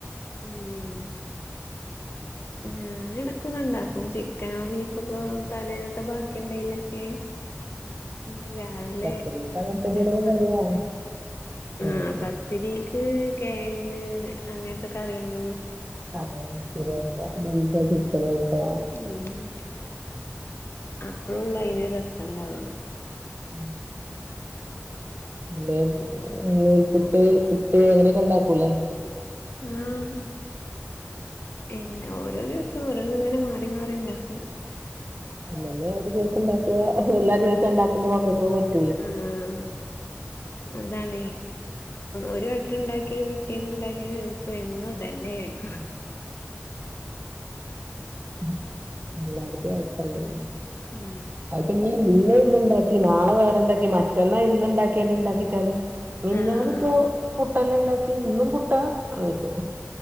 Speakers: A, on the left; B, on the right.
A: ഉം ഞാന് ഇടക്കൊക്കെ ഇണ്ടാക്കും ചിക്കനോ ബീഫൊക്കെ തലേന്നത്തെ ബാക്കി ഉണ്ടേലൊക്കെ <inaudible> ഇന്ന് രാവിലെ
B: പത്തിരിക്ക് അങ്ങനത്തെ
A: ഇതേപോലെ
B: എന്തെങ്കിലൊക്കെ
A: പത്തിരി
B: കറി വേണം
A: ഉണ്ടാക്കി
B: ഉം.
A: ആഹ് പ ത്തിരിക്ക് കെയങ്ങ് അങ്ങനത്തെ കറികൾ
B: ആഹ് ശരിയായിട്ടില്ല ബീഫോ ചിക്കാനോ ഉണ്ടാവും
A: ഉം അപ്പഴള്ളൂ അയിന് ഒരു രസം ഉണ്ടാവുള്ളു
B: അതെ പിന്നെ നൂൽപുട്ട് പുട്ട് അങ്ങനെയൊക്കെ ഉണ്ടാക്കൂലെ.
A: ആഹ് ഇല്ല ഓരോ ദിവസം ഓരോന്ന്. ഇങ്ങനെ മാറി മാറി ഇണ്ടാക്കും.
B: അല്ലെലെ ഒരു ദിവസം ഇണ്ടാക്ക്യ എല്ലാ ദിവസം ഇണ്ടാക്കുമ്പം മക്കക്ക് പറ്റ
A: ആഹ് അതാണെ. ഒരു വട്ടം ഇണ്ടാക്ക്യ. പിറ്റേന്ന് ഇണ്ടാക്ക്യ ചോദിക്കു എന്നു ഇതന്നെ ചോയ്
B: ഉം. ഉം എല്ലായിടത്തും അവസ്ഥ ഇതെന്നെ.
A: ഉം
B: അത് പിന്നെ ഇന്ന് ഒന്നുണ്ടാക്കി. നാളെ വേറെ ഇണ്ടാക്കി. മറ്റന്നാള് ഇന്ന് ഇണ്ടാക്ക്യന്നെ ഇണ്ടാക്കിച്ചാലും. മിനിഞ്ഞാനിപ്പോ
A: ആഹ്
B: പുട്ടെല്ലെ ഇണ്ടാക്ക്യ. ഇന്നും പുട്ട എന്ന് ചോയ്ച്ചു.